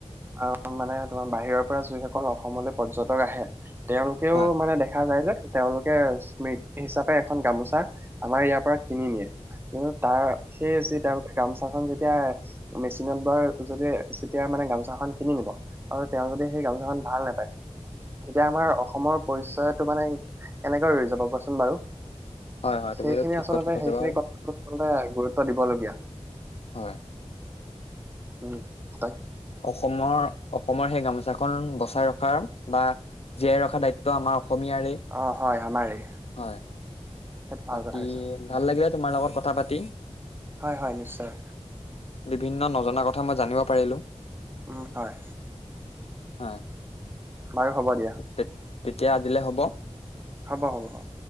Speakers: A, on the right; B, on the left.
A: আহ মানে তোমাৰ বাহিৰৰ পৰা যিসকল অসমলৈ পৰ্যটক আহে। তেওঁলোকেও
B: হয়
A: মানে দেখা যায় যে। তেওঁলোকে স্মৃতি হিচাপে, এখন গামোচা আমাৰ ইয়াৰ পৰা কিনি নিয়ে কিন্তু। তাৰ সেই যি তেওঁলোকে গামোচাখনন যেতিয়া। মেচিনত বা যদি যেতিয়া মানে গামোচা খন কিনি নিব, আৰু তেওঁ যদি সেই গামোচা খন ভাল নাপায়। তেতিয়া আমাৰ অসমৰ পৰিচয়টো মানে, কেনেকে ৰৈ যাব কোৱাচোন বাৰু।
B: হয় হয়
A: সেইখিনি
B: তুমি এইটো ঠিক
A: আচলতে,
B: কথা কৈছা
A: সেইখিনি
B: বাৰু
A: কথা আচলতে গুৰুত্ব দিবলগীয়া।
B: হয়।
A: অ।
B: অসমৰ অসমৰ সেই গামোচাখন বচাই ৰখাৰ। বা, জীয়াই ৰখা দায়িত্ব আমাৰ। অসমীয়াৰে,
A: অ হয় আমাৰেই
B: হয়
A: সেইটো ভাল
B: বাকী
A: কথা হৈছে
B: ভাল লাগিলে। তোমাৰ লগত কথা পাতি।
A: হয় হয় নিশ্চয়।
B: বিভিন্ন নজনা কথা মই জানিব পাৰিলো।
A: উম হয়।
B: হয়।
A: বাৰু হ'ব দিয়া।
B: তে- তেতিয়া আজিলে হ'ব।
A: হ'ব হ'ব হ'ব।